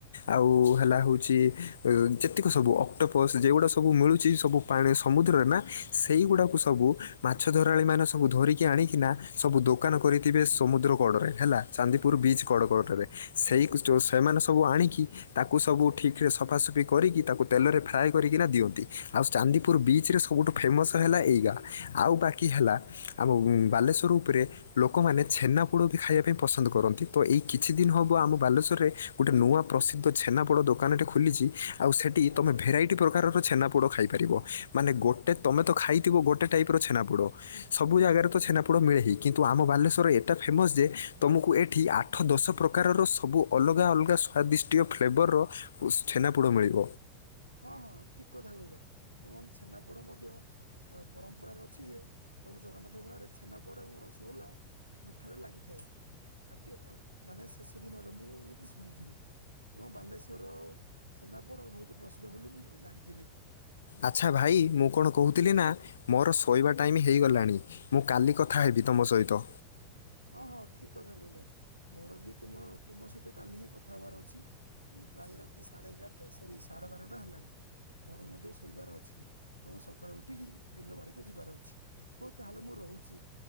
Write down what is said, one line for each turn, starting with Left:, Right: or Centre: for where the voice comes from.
Left: ଆଉ ହେଲା ହଉଛି ଯେତିକ ସବୁ। ଅକ୍ଟୋପସ୍ ଯେଉଗୁଡ଼ା ସବୁ ମିଳୁଛି ସବୁ ପାଣି ସମୁଦ୍ରରେ ନା ସେଇଗୁଡ଼ାକୁ ସବୁ। ମାଛ ଧରାଳି ମାନେ ସବୁ ଧରିକି ଆଣିକିନା ସବୁ ଦୋକାନ କରିଥିବେ ସମୁଦ୍ର କଡ଼ରେ ହେଲା। ଚାନ୍ଦିପୁର ବିଚ୍
Right: ଆଚ୍ଛା
Left: କଡ଼କଡ
Right: ଆଚ୍ଛା
Left: ଟା ରେ ସେଇ
Right: ଆଚ୍ଛା
Left: ଯୋଉ
Right: ଆଚ୍ଛା
Left: ସେମାନେ ସବୁ ଆଣିକି। ତାକୁ ସବୁ ଠିକରେ ସଫାସଫି କରିକି ତାକୁ ତେଲରେ ଫ୍ରାଏ କରିକିନା ଦିଅନ୍ତି ଆଉ। ଚାନ୍ଦିପୁର ବିଚ୍ ରେ ସବୁଠୁ ଫେମସ୍ ହେଲା ଏଇଗା ଆଉ ବାକି ହେଲା। ଆମ ବାଲେଶ୍ଵର ଉପରେ ଲୋକମାନେ ଛେନା ପୋଡ ବି ଖାଇବା ପାଇଁ ପସନ୍ଦ କରନ୍ତି ତ ଏଇ। କିଛି ଦିନ ହେବ ଆମ ବାଲେଶ୍ୱରରେ ଗୋଟେ ନୂଆ ପ୍ରସିଦ୍ଧ ଛେନାପୋଡ଼ ଦୋକାନ ଟେ ଖୋଲିଛି। ଆଉ ସେଠି
Right: ଆଚ୍ଛା
Left: ତମେ ଭେରାଇଟି। ଯେତେ ପ୍ରକାରର ଛେନାପୋଡ଼ ଖାଇପାରିବ ମାନେ ଗୋଟେ ତମେ ତ ଖାଇଥିବ ଗୋଟେ ଟାଇପ ର ଛେନାପୋଡ଼। ସବୁ ଜାଗାରେ ତ ଛେନାପୋଡ଼ ମିଳେ ହିି କିନ୍ତୁ ଆମ ବାଲେଶ୍ୱର ଏଟା ଫେମସ୍ ଯେ ତୁମକୁ ଏଠି ଆଠ ଦଶ ପ୍ର ପ୍ରକାରର ସବୁ ଅଲଗା ଅଲଗା ସ୍ଵାଦିଷ୍ଟୟ ଫ୍ଲେଭରର ଛେନାପୋଡ଼ ମିଳିବ।
Right: ହଁ ହଁ ଠିକ କଥା କହିଲ ଏବଂ ଛନାପୋଡ ମଧ୍ୟ। ପରମ୍ପରାରେ ଅଛି ଯେ ପ୍ରଭୁ ଜଗନ୍ନାଥଙ୍କ ପାଖରେ ଛେନାପୋଡ ଏବଂ ରସଗୋଲା। ମିଠାରେ ଲାଗିଥାଏ ଖାଦ୍ୟ ମାନେ ଶେଷ ଦିନରେ ମୁଁ ଏମିତି ଶୁଣିଥିଲି ଏବଂ ବାଲେଶ୍ୱରର ଛେନାପୋଡ ବହୁତ ପ୍ରସିଦ୍ଧ ବୋଲି ମୁଁ ଜାଣିଥିଲି।
Left: ଆଚ୍ଛା ଭାଇ ମୁଁ କଣ କହୁଥିଲି ନା ମୋର ଶୋଇବା ଟାଇମ୍ ହେଇଗଲାଣି ମୁଁ କାଲି କଥା ହେବି ତମ ସହିତ
Right: ହଁ ହଁ ଠିକ୍ କଥା କହିଲ ମୋର ବି ତୁମ ତୁମ ସହିତ କାଲି ହିଁ କଥା ହେବାର ଅଛି ପ୍ରାୟ ରାତି ସାଢେ ଏଗାରଟା ସରି ସାଢେ ବାରଟା ହେଲାଣି ମୋର ମଧ୍ୟ ଶୋଇବାର ଅଛି ଏବଂ ସକାଳୁ ଉଠିକି ବିଲ ବାଡିକୁ ଯିବାର ଅଛି। ହଉ ତାହେଲେ ମୁଁ ରହୁଚି